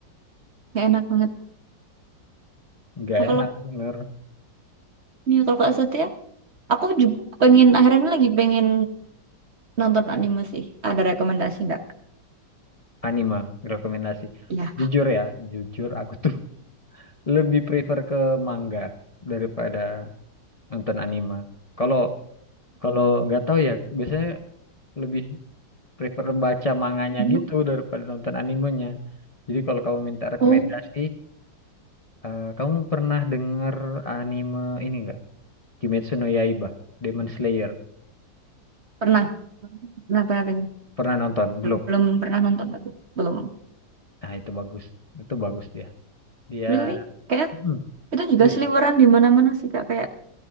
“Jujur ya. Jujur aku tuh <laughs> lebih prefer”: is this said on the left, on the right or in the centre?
Left